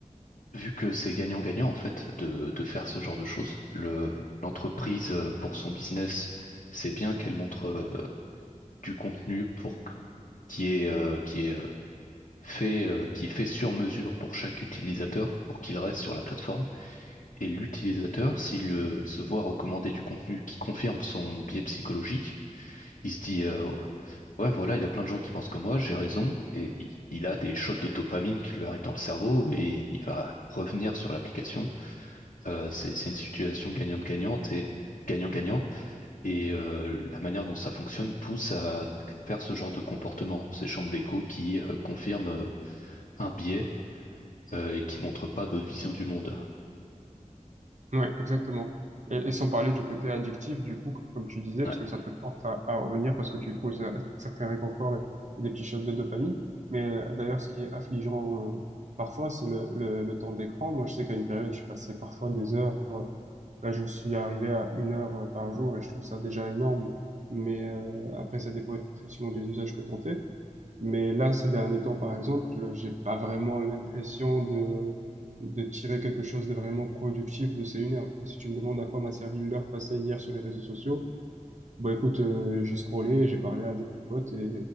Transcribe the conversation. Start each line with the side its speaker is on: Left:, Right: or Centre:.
Left: vu que c'est gagnant-gagnant en fait de, de faire ce genre de choses, le, l'entreprise euh, pour son business, c'est bien qu'elle montre euh, du contenu pour que- qui est euh, qui est euh, fait euh, qui est fait sur mesure pour chaque utilisateur pour qu'il reste sur la plateforme. Et l'utilisateur, s'il euh, se voit recommander du contenu qui confirme son biais psychologique, il se dit euh, ouais voilà, il y a plein de gens qui pensent comme moi, j'ai raison, et il il a des shots de dopamine qui lui arrivent dans le cerveau et il va revenir sur l'application. Euh, c'est c'est une situation gagnante-gagnante et gagnant-gagnant. Et euh, la manière dont ça fonctionne pousse à faire ce genre de comportement, ces chambres d'écho qui euh, confirment euh, un biais euh, et qui montrent pas d'autres visions du monde.
Right: Ouais, exactement. Et, et sans parler du côté addictif, du coup, comme tu disais,
Left: Ouais,
Right: parce que ça te force à, à revenir parce que tu trouves un certain réconfort et, et des petits shots de dopamine. Mais euh, d'ailleurs, ce qui est affligeant euh, parfois, c'est le, le, le temps d'écran. Moi, je sais qu'à une période, je passais parfois des heures. Là, je suis arrivé à une heure euh, par jour et je trouve ça déjà énorme. Mais euh, après, ça dépend effectivement des usages que tu en fais. Mais là, ces derniers temps, par exemple, j'ai pas vraiment l'impression de, de tirer quelque chose de vraiment productif de ces une heure. Si tu me demandes à quoi m'a servi l'heure passée hier sur les réseaux sociaux, bah écoute, euh, j'ai scrollé, j'ai parlé à des potes et,